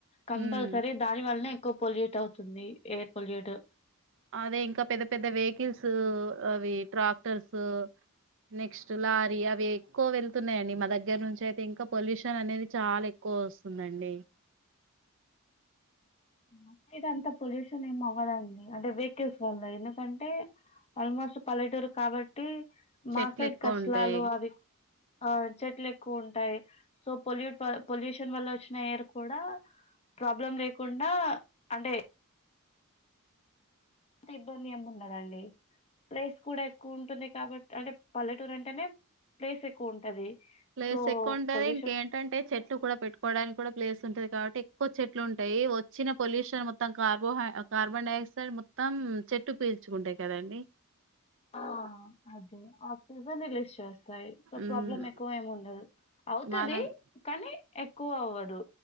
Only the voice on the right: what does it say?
ఉమ్
అదే ఇంకా పెద్ద పెద్ద వెహికల్స్ అవి ట్రాక్టర్స్ నెక్స్ట్ లారీ అవి ఎక్కువ వెళ్తున్నాయంండి మా దగ్గర నుంచి అయితే ఇంకా పొల్యూషన్ అనేది చాలా ఎక్కువ వస్తుందండి
చెట్లు
ఎక్కువ
ఉంటాయి
ప్లేస్
ఎక్కువ ఉంటది
ఇంకేంటంటే చెట్లు కూడా పెట్టుకోవడానికి కూడా ప్లేస్ ఉంటది కాబట్టి ఎక్కువ చెట్లు ఉంటాయి వచ్చిన పొల్యూషన్ మొత్తం కార్బోహై కార్బన్ డైఆక్సైడ్ మొత్తం చెట్టు పీల్చుకుంటాయి కదండి
ఉమ్
మా దగ్